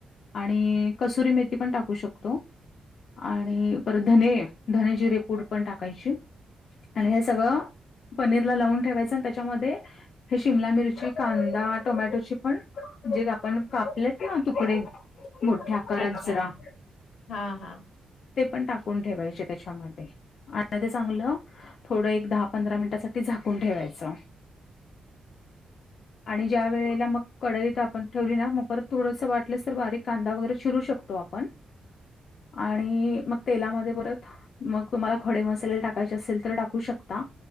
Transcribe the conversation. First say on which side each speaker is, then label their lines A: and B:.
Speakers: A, on the left; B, on the left.
A: आणि कसुरी मेथी पण टाकू शकतो. आणि परत धने धने जिरे पूड पण टाकायची. आणि हे सगळं पनीरला लावून ठेवायचं आणि त्याच्यामध्ये हे शिमला मिरची कांदा टोमॅटोची पण जे का आपण कापलेत ना तुकडे मोठ्या आकारात
B: अच्छा.
A: जरा
B: हां, हां.
A: ते पण टाकून ठेवायचे त्याच्यामध्ये, आता ते चांगलं थोडं एक दहा पंधरा मिनिटासाठी झाकून ठेवायचं.
B: <inaudible>
A: आणि ज्या वेळेला मग कडई तप पण ठेवली ना, मग थोडसं वाटलंस तर बारीकांदा वगैर शिरू शकतो आपण. आणि मग तेलामध्ये परत मग तुम्हाला खडे मसाले टाकायचे असेल, तर टाकू शकता.